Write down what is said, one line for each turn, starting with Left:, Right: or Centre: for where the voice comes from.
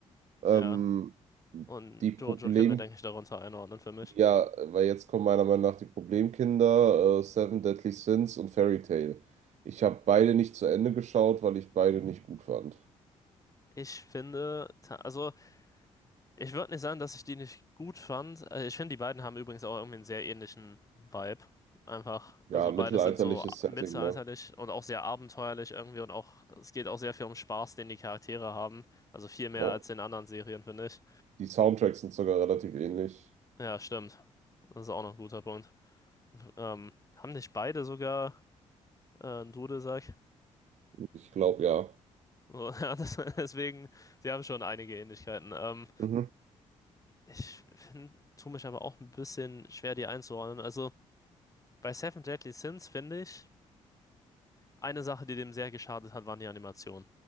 Right: Ähm,
Left: Ja. Und
Right: die Problem
Left: Jojo können wir, denke ich, darunter einordnen für mich.
Right: Ja, weil jetzt kommen meiner Meinung nach die Problemkinder, äh, Seven Deadly Sins und Fairy Tail. Ich habe beide nicht zu Ende geschaut, weil ich beide nicht gut fand.
Left: Ich finde, ta- also ich würde nicht sagen, dass ich die nicht gut fand. Äh, Ich finde, die beiden haben übrigens auch irgendwie einen sehr ähnlichen Vibe. Einfach,
Right: Ja,
Left: also beide
Right: mittelalterliches
Left: sind so
Right: Setting,
Left: mittelalterlich
Right: ne?
Left: und auch sehr abenteuerlich irgendwie und auch, es geht auch sehr viel um Spaß, den die Charaktere haben. Also viel mehr
Right: Ja.
Left: als in anderen Serien, finde ich.
Right: Die Soundtracks sind sogar relativ ähnlich.
Left: Ja, stimmt. Das ist auch noch ein guter Punkt. Ähm, haben nicht beide sogar äh, einen Dudelsack?
Right: Ich glaube, ja.
Left: So, <laughs> ja, das, deswegen, sie haben schon einige Ähnlichkeiten. Ähm,
Right: Mhm.
Left: ich find, tue mich aber auch ein bisschen schwer, die einzuordnen. Also bei Seven Deadly Sins finde ich, eine Sache, die dem sehr geschadet hat, waren die Animationen.